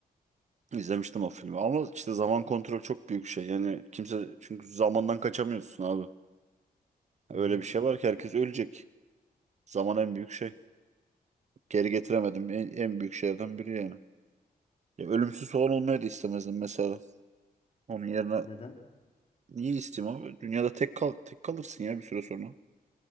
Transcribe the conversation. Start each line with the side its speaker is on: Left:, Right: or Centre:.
Right: İzlemiştim o filmi ama işte zaman kontrolü çok büyük şey. Yani kimse çünkü zamandan kaçamıyorsun abi. Öyle
Left: Hı hı.
Right: bir şey var ki herkes ölecek. Zaman en büyük şey. Geri getiremedim en, en büyük şeylerden biri yani. Ya ölümsüz falan olmayı da istemezdim mesela. Onun yerine
Left: Neden?
Right: Niye isteyeyim abi? Dünyada tek kal tek kalırsın ya bir süre sonra.